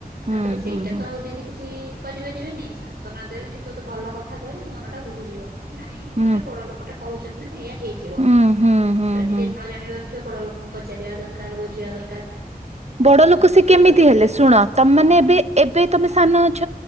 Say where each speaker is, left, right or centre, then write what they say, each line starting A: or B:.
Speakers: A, on the right; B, on the right.
A: ହୁଁ
B: ତାପରେ ସେଇଟା
A: ହୁଁ ହୁଁ
B: ତ ଆଉ ଦିଦି କିଛି କରିପାରିବେ ନାଇ ସାନ୍ତ୍ୱନା ଦେବେ ଦୁଇ ପଦ ଭଲ କଥା କହିଲେ ମନ ଟା ବୁଝିଯିବ। ନାଇଁ
A: ହୁଁ।
B: ଗୋଟେ ବଡ଼ ଲୋକଟା କହୁଛନ୍ତି ନା ଏଇଆ ହେଇଥିବ
A: ହୁଁ ହୁଁ
B: ସେଟା
A: ହୁଁ
B: ନିଜେ
A: ହୁଁ।
B: ନଜାଣିବା ଲୋକଙ୍କୁ ପଚାରିବା ଦରକାର ବୁଝିବା ଦରକାର। ବୁଝିବା ଦରକାର।
A: ବଡ ଲୋକ
B: ସମସ୍ତେ
A: ସେ କେମିତି
B: ତ ଦୁନି
A: ହେଲେ ଶୁଣ ତମମାନେ
B: ହଁ
A: ଏବେ ଏବେ ତମେ ସାନ ଅଛ।